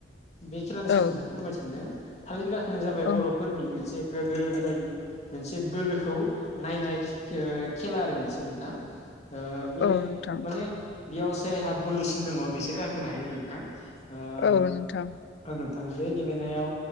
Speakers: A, on the left (about 35°); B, on the left (about 60°).
A: बे खेलानि सोमोन्दैथनो
B: औ
A: फोरमाय सानदों। थालिर गाखोनाया जाबाय
B: औ
A: बर'फोरनि मोनसे गोदो गोदाय मोनसे बोलोखौ नायनाय खेला आरो मोनसे नोंथां। ओ
B: नोंथां
A: बे
B: औ नोंथां
A: माने बेयाव जायहा बोलोसिन दङ बेसो गाखोनो हायो नोंथां। ओ
B: औ नोंथां।
A: औ नोंथां बे गेलेनायाव